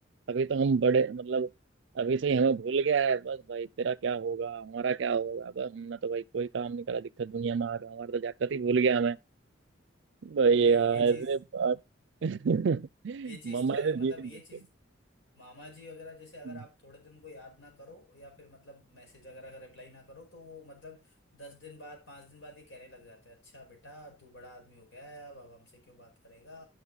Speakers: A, on the right (about 70°); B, on the left (about 80°).
A: अभी तो हम बड़े मतलब अभी से ही हमें भूल गया है बस भाई तेरा क्या होगा हमारा क्या होगा बस हमने तो भाई कोई काम नहीं करा
B: <laughs>
A: दिक्कत दुनिया में आ गया हमारा तो जाकर ही भूल गया हमें भाई
B: नहीं
A: यार
B: ये चीज
A: ऐसे बात <laughs>
B: ये चीज
A: मम्मा
B: तो
A: से
B: है मतलब
A: जीत नहीं
B: ये
A: सकते
B: चीज मामा जी वगैरह जैसे अगर
A: हम्म।
B: आप थोड़े दिन को याद ना करो या फिर मतलब मैसेज वगैरह का रिप्लाई ना करो तो वो मतलब दस दिन बाद पांच दिन बाद ये कहने लग जाते हैं अच्छा बेटा तू बड़ा आदमी हो गया है अब अब हमसे क्यों बात करेगा